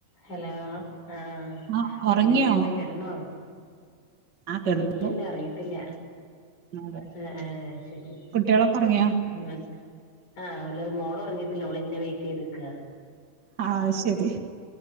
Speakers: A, on the left; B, on the right.
A: ഹലോ ആഹ്
B: ആ ഉറങ്ങിയോ
A: എന്തെക്കേണ്ട് കേടന്നോ
B: ആ കിടന്നു
A: ഇല്ലല്ലാ ഒറങ്ങിട്ടില്ല
B: അതെ
A: ഏഹ് ഏഹ് ശെരി
B: കുട്ടികളൊക്കെ ഉറങ്ങിയോ
A: മ ആഹ് മോള് ഒറങ്ങിട്ടില്ല അവളെന്നെ വെയിറ്റ്യ്ത്ക്ക
B: ആഹ് ശരി